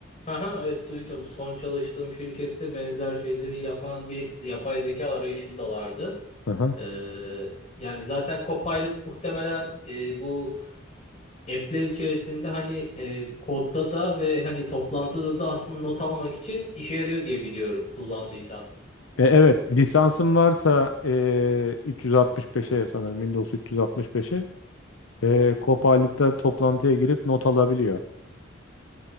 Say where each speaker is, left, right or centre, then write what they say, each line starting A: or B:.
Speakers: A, on the left; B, on the left.
A: Aha, evet duydum. Son çalıştığım şirkette benzer şeyleri yapan bir yapay zeka arayışındalardı.
B: Aha.
A: Ee, yani zaten Copilot muhtemelen e, bu app'ler içerisinde hani e, kodda da ve hani toplantıda da aslında not almak için işe yarıyor diye biliyorum kullandıysan.
B: E, evet lisansım varsa e, 365'e sanırım Windows 365'e e, Copilot'ta toplantıya girip not alabiliyor.